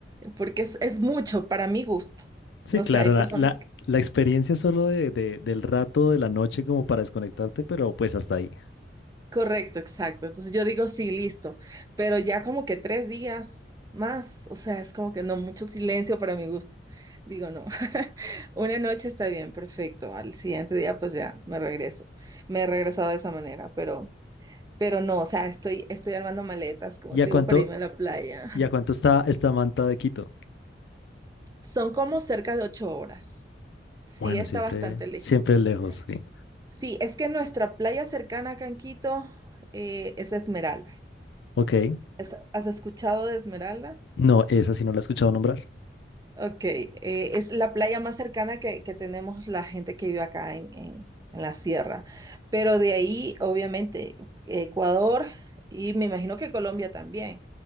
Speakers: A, on the right (about 20°); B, on the left (about 75°).
A: porque es, es mucho para mi gusto.
B: Sí,
A: No
B: claro,
A: sé, hay personas
B: la, la,
A: que...
B: la experiencia solo de, de- del rato de la noche como para desconectarte, pero pues hasta ahí.
A: Correcto, exacto. Entonces yo digo, sí, listo. Pero ya como que tres días más, o sea, es como que no, mucho silencio para mi gusto. Digo, no. <laughs> Una noche está bien, perfecto. Al siguiente día, pues ya me regreso. Me he regresado de esa manera, pero... Pero no, o sea, estoy, estoy armando maletas, como
B: ¿Y
A: te
B: a cuánto,
A: digo, para irme a la playa.
B: y a cuánto está esta manta de Quito?
A: Son como cerca de ocho horas. Sí,
B: Bueno,
A: está
B: siempre,
A: bastante lejitos.
B: siempre lejos, sí.
A: Sí, es que nuestra playa cercana a Canquito es Esmeraldas.
B: Ok.
A: Es- ¿Has escuchado de Esmeraldas?
B: No, esa sí no la he escuchado nombrar.
A: Ok, eh, es la playa más cercana que, que tenemos la gente que vive acá en, en- en la sierra. Pero de ahí, obviamente, Ecuador y me imagino que Colombia también